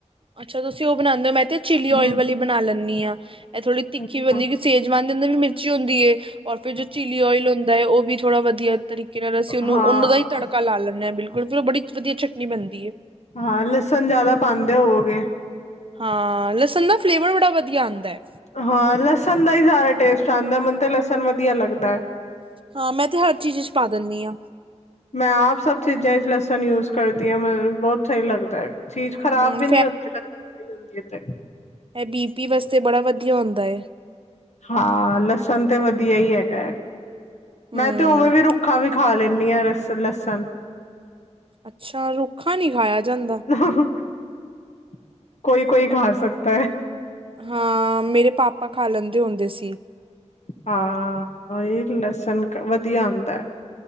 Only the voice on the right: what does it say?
ਅੱਛਾ ਤੂਸੀ ਓ ਬਨਾਂਦੇ ਓ, ਮੈਂ ਤੇ ਚੀਲੀ
ਓਏਲ ਵਾਲੀ ਬਨਾ ਲੈਨੀ ਆ, ਐ ਥੋੜੀ ਤਿੱਖੀ
ਵੀ ਬਂਦੀ ਸੇਜ ਵਾਨ ਦੇ ਅਂਦਰ ਵੀ ਮਿਰਚੀ ਹੁੰਦੀ ਏ ਔਰ ਫਿਰ ਜੋ ਚੀਲੀ ਓਏਲ ਹੁੰਦੈ, ਓ ਵੀ ਥੋੜਾ ਵਦੀਆ ਤਰੀਕੇ ਨਾਲ ਅਸੀ ਉਨੂੰ,
ਓਨਾਂ ਦਾ ਈ ਤੜਕਾ ਲਾ ਲੈਂਨੇ ਆ ਬਿਲਕੁਲ ਫਿਰ ਓ ਬੜੀ ਵਦੀਆ ਚਟਨੀ ਬਨਦੀ ਏ।
ਹਾਂ, ਲੱਸਨ ਦਾ ਫਲੇਵਰ ਬੜਾ ਵਦੀਆ ਆਂਦੈ।
ਹਾਂ, ਮੈਂ ਤੇ ਹਰ ਚੀਜ ਇਚ ਪਾ ਦੇਨੀ ਆਂ।
ਹਮ
ਐ ਬੀ ਪੀ ਵਸਤੇ ਬੜਾ ਵਦੀਆ ਹੂੰਦਾ ਏ।
ਹਮ
ਅੱਛਾ, ਰੁੱਖਾ ਨੀ ਖਾਏਆ ਜਾਂਦਾ।
ਹਾਂ, ਮੇਰੇ ਪਾਪਾ ਖਾ ਲੈਂਦੇ ਹੁੰਦੇ ਸੀ।